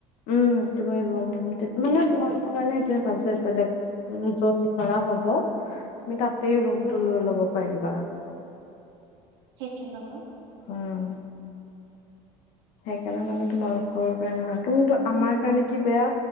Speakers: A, on the left (about 65°); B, on the right (about 80°).
A: উম তুমি ৰুমৰেণ্ট, মানে তোমালোকৰ কাৰণে সেইটোৱে ভাল। যে বেলেগ উম, য'ত ধৰা হ'ব, তুমি তাতেই ৰুমটো
B: উম
A: লৈ
B: উম
A: ল'ব পাৰিবা।
B: সেইটো বাৰু
A: উম সেইকাৰণে মানে তোমালোকৰৰ কাৰণে ভাল। কিন্তু আমাৰ কাৰণে কি বেয়া